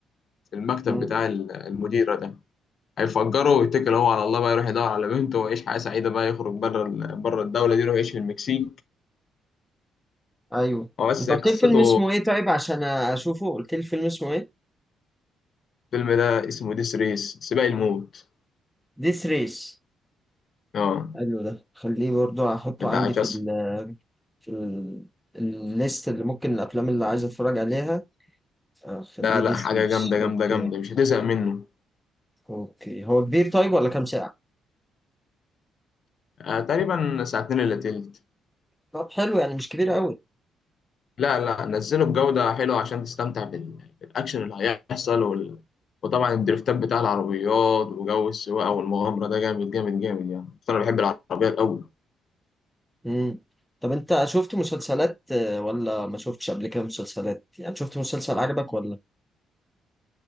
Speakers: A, on the left; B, in the centre.
A: في المكتب
B: مم.
A: بتاع ال- المديره ده هيفجره ويتكل هو على الله بقى يروح يدور على بنته ويعيش حياة سعيدة بقى يخرج بره ال- بره الدولة دي يروح يعيش في المكسيك
B: ايوه
A: هو بس
B: انت
A: هي
B: قلت
A: قصته
B: لي فيلم اسمه ايه طيب عشان اشوفه قلت لي فيلم اسمه ايه
A: الفيلم ده اسمه ديس ريس سباق الموت
B: ديس ريس
A: اه
B: حلو ده خليه برضو احطه
A: بتاع
B: عندي
A: جاس
B: في ال في ال الليست اللي ممكن الافلام اللي عايز اتفرج عليها اخليه
A: لا لا
B: ديس
A: حاجة
B: ريس
A: جامدة جامدة
B: اوكي
A: جامدة مش هتزهق منه
B: اوكي هو كبير طيب ولا كام ساعة
A: آه تقريبا ساعتين إلا تلت
B: طب حلو يعني مش كبير قوي
A: لا لا نزله بجودة حلوة عشان تستمتع بال- بالأكشن اللي هيحصل وال... وطبعا الدريفتات بتاع العربيات وجو السواقة والمغامرة ده جامد جامد جامد يعني أصل أنا بحب العربيات أوي
B: امم طب انت شفت مسلسلات آه، ولا ما شفتش قبل كده مسلسلات يعني شفت مسلسل عجبك ولا